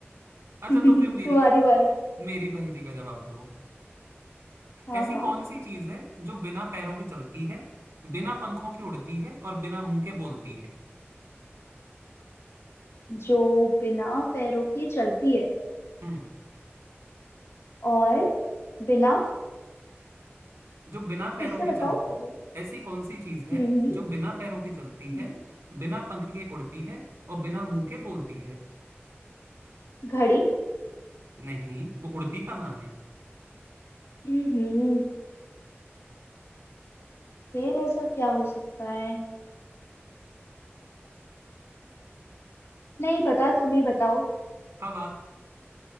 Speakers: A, on the right; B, on the left.
A: अच्छा
B: <laughs>
A: तो फिर मेरी
B: तुम्हारी बारी
A: मेरी पहेली का जवाब दो
B: हाँ
A: ऐसी
B: हाँ
A: कौन सी चीज है जो बिना पैरों के चलती है बिना पंखों के उड़ती है और बिना मुंह के बोलती है
B: जो बिना पैरों के चलती है
A: हम्म
B: और बिना
A: जो बिना पैरों
B: फिर से
A: के
B: बताओ
A: चल
B: क्या बोल
A: ऐसी कौन सी चीज है
B: हम्म हम्म,
A: जो बिना पैरों के चलती
B: हम्म,
A: है बिना पंख के उड़ती है और बिना मुंह के बोलती है
B: घड़ी
A: नहीं वो उड़ती कहाँ है
B: हम्म हम्म, फिर ऐसा क्या हो सकता है नहीं पता तुम ही बताओ
A: हवा